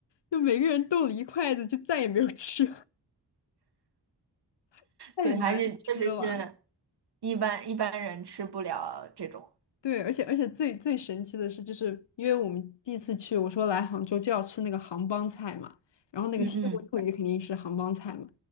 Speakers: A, on the left; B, on the right.
A: 就每个人动了一筷子，就再也没有吃，<laughs> 太难吃了。
B: 对，还是确实是一般一般人吃不了这种。
A: 对，而且而且最最神奇的是，就是因为我们第一次去，我说来杭州就要吃那个杭帮菜嘛，然后那个西湖醋鱼肯定是杭帮菜嘛，
B: 嗯嗯